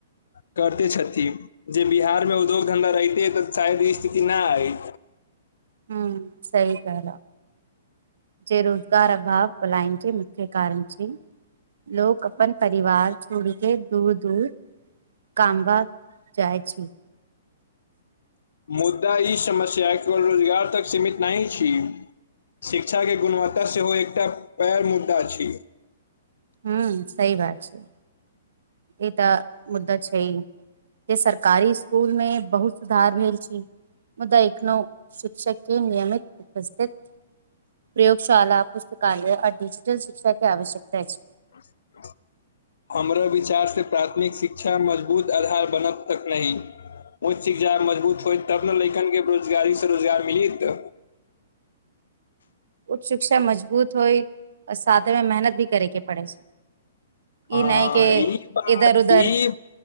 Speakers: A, on the left; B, on the right.
A: करते छथि जे बिहार मे उद्योग धन्धा रहिते तऽ शायद ई स्थिति ना आइ
B: ह्म सही कहलौ जे रोजगार अभाव पलाइनके मुख्य कारण छै लोक अपन परिवार छोड़ के दूर दूर कामबा जाइ छी
A: मुदा ई समस्या केवल रोजगार तक सीमित नहि छी शिक्षा के गुणवत्ता सेहो एकटा पैग मुद्दा छी
B: हू सही बात छै ई तऽ मुद्दा छै है जे सरकारी स्कूल में बहुत सुधार भेल छै मुदा एखनो शिक्षक के नियमित उपस्थित प्रयोगशाला पुस्तकालय आ डिजिटल शिक्षा के आवश्यकता छै
A: <inaudible> हमरा विचारसँ प्राथमिक शिक्षा मजबूत आधार बनब तक नहि उँच शिख जाइ मजबूत होय तब ने लैकनके बेरोजगारीसँ रोजगार मिलित
B: उच्च शिक्षा मजबूत होइ आ साथे मे मेहनत भी करेके पड़ै
A: हँ
B: ई नयके
A: ई बात
B: इधर उदर
A: ई